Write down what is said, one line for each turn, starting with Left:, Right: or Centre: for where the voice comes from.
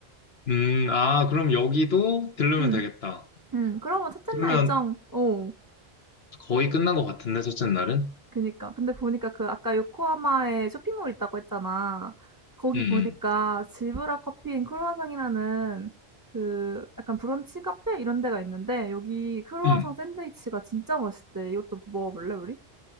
Left: 음, 아, 그럼 여기도 들르면
Right: 응,
Left: 되겠다.
Right: 응. 그러면 첫째
Left: 그러면
Right: 날 일정. 어.
Left: 거의 끝난 것 같은데, 첫째 날은?
Right: 그니까. 근데 보니까 그 아까 요코하마에 쇼핑몰 있다고 했잖아. 거기
Left: 응,
Right: 보니까
Left: 응,
Right: 질브라 커피 앤 크루아상이라는 그 약간 브런치 카페 이런 데가 있는데 여기 크루아상
Left: 응.
Right: 샌드위치가 진짜 맛있대. 이것도 먹어볼래, 우리?